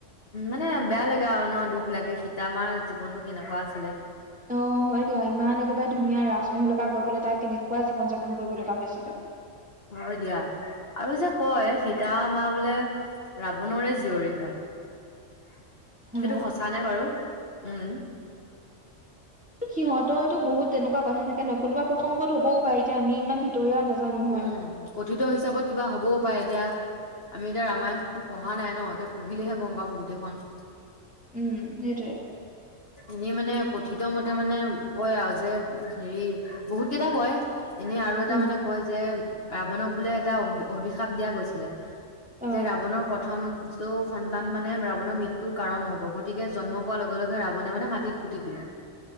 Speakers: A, on the left; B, in the centre.
A: মানে বেয়া লাগে আৰু ন দুখ লাগে সীতা আমাৰ জীৱনতটো কেনেকুৱা আছিলে
B: অ হয় দিয়া ইমান একেবাৰে ধুনীয়া ৰাজমহলৰ পৰা গৈ পেলাই সীতাই কেনেকুৱা জীৱন যাপন কৰিব লগা হৈছিলে
A: হয় দিয়া আৰু যে কয় সীতা মা বোলে ৰাৱণৰে জীয়ৰী হয়
B: হা
A: সেইটো সচা নে বাৰু উম
B: সিহঁতৰো বহুত তেনেকুৱা কথা থাকে ন কোনোবা প্ৰসংগত হবও পাৰে এতিয়া আমি ইমান ভিতৰিয়া নাজানো হয়।
A: উম কথিত হিচাপত কিবা হবও পাৰে এতিয়া আমি এতিয়া ৰামায়ণ পঢ়া নাই ন এতিয়া পঢ়িলেহে গম পাম গোটেইখন
B: উম সেইটোৱে
A: এনেই মানে কথিত মতে মানে কয় আৰু যে হেৰি বহুত কেইটা কয় এনেই আৰু এটা
B: উম।
A: মানে ৰাৱণক বোলে এটা অ অভিশাপ দিয়া গৈছিলে।
B: অ
A: যে ৰাৱণৰ প্ৰথম চৌ সন্তান মানে ৰাৱণৰ মৃত্যুৰ কাৰণ হব, গতিকে জন্ম পোৱাৰ লগে লগে ৰাৱণে মানে মাটিত পুতি দিলে।